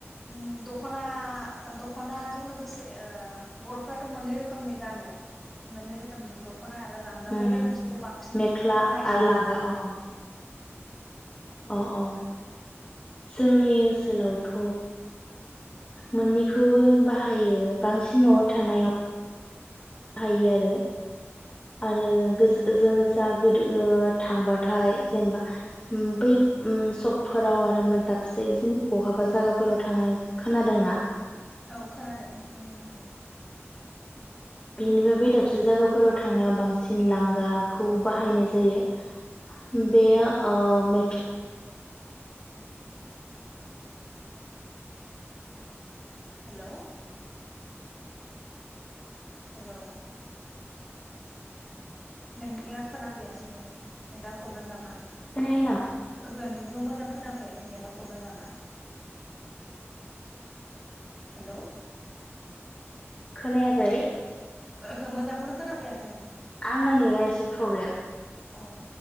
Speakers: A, in the centre; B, on the left.
A: उम दखना ना दखनाजों लोगोसे ओ बर'फ्राथ' मोननै रोखोमनि गानो मोननै रोखोमनि दख दख'ना आरो लांगा
B: उम
A: बबे मोनसेखौ बांसिन
B: मेख्ला
A: बाहायसिनो
B: आरो लांगा
A: ।
B: अ अ अ अ जोंनि ओनसोलावथ' मोननैखौबो बाहायो बांसिन न'आव थानायाव बाहायो आरो आरो गोज जोङो जा गोदो ओ थांबाथाय जेनेबा उम बै उम सकफोराव आरो दाबसे इजोंनो बहाबा जायगाफोराव थांनो खोनादों ना
A: औ खोनादों बुंनो हागोन।
B: बेनिफ्राय बे दाबसे जायगाफोराव थांनायाव बांसिन लांगाखौ बाहायनाय जायो बेयो ओ मेख
A: हेलौ हेलौ नोंनिया खोनाफैयासै नेदा प्रब्लेम नामा
B: खोनायाखै नामा
A: ओहो नोंनिखौ मोजां खोनाफैयाखै नेदा प्रब्लेम नामा हेलौ
B: खोनायाखै
A: ओहो मोजांखौनो खोनाफैआ
B: आं ना नेदा एसे प्रब्लेम
A: अ